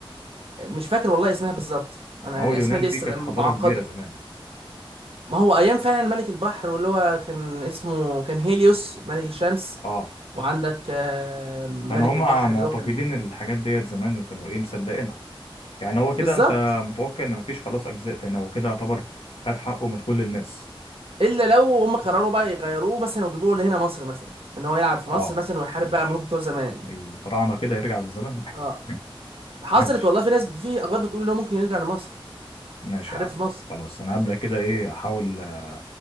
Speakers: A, on the right (about 75°); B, on the left (about 80°).
A: مش فاكر والله اسمها بالظبط انا
B: ما
A: يعني
B: هو اليونان
A: اسماء دي
B: دي
A: لسه
B: كانت
A: معقده
B: حضارة كبيرة زمان
A: ما هو ايام فعلا ملك البحر واللي هو كان اسمه كان هيليوس ملك الشمس
B: اه
A: وعندك آه، ملك
B: كانوا هم
A: البحر اللي
B: معتقدين
A: هو كان
B: الحاجات ديت زمان وكانوا ايه مصدقينها يعني هو كده
A: بالظبط
B: انت متوقع ان مفيش خلاص اجزاء تاني هو كده يعتبر خد حقه من كل الناس
A: الا لو هم قرروا بقى يغيروه مثلا ويجيبوه لهنا مصر مثلا ان هو يلعب في مصر
B: اه
A: مثلا ويحارب
B: ماشي
A: بقى ملوك بتوع زمان
B: الفراعنة كده يرجع بالزمن
A: اه
B: <laughs>
A: حصلت
B: ماشي
A: والله في ناس في اخبار بتقول ان هو ممكن يرجع لمصر
B: ماشي
A: يحارب
B: يا عم
A: في مصر
B: خلاص انا هبدأ كده ايه احاول آه،